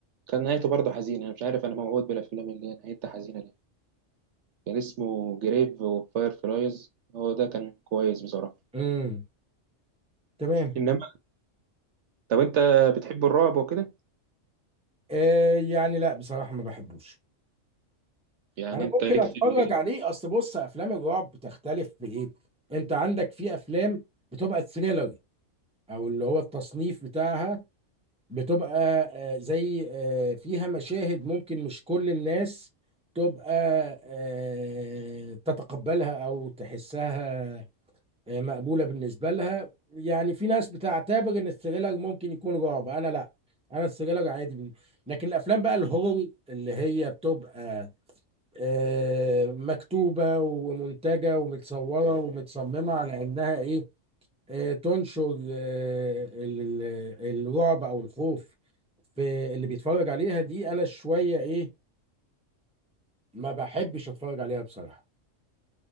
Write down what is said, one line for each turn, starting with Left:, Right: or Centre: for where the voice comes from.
Right: كان نهايته برضه حزينه انا مش عارف انا موعود بالافلام اللي هي نهايتها حزينه ليه كان اسمه جريف وفاير فلايز هو ده كان كويس بصراحة
Centre: امم تمام
Right: إنما طب أنت بتحب الرعب وكده
Centre: آه، يعني لا بصراحه ما بحبوش
Right: يعني
Centre: انا
Right: أنت
Centre: ممكن
Right: ليك
Centre: اتفرج
Right: في ال-
Centre: عليه اصل بص افلام الرعب بتختلف في ايه انت عندك في افلام بتبقى تhriller او اللي هو التصنيف بتاعها بتبقى آه، زي آه، فيها مشاهد ممكن مش كل الناس تبقى آه، تتقبلها او تحسها آه، مقبولة بالنسبة لها يعني في ناس بتعتبر ان الثريلر ممكن يكون رعب انا لا انا الثريلر عادي بن- لكن الافلام بقى الهورر اللي هي بتبقى آه، مكتوبة ومنتجة ومتصورة ومتصممة على إنها إيه آه، تنشر آه، ال- ال- الرعب أو الخوف في اللي بيتفرج عليها دي أنا شوية إيه ما بحبش أتفرج عليها بصراحة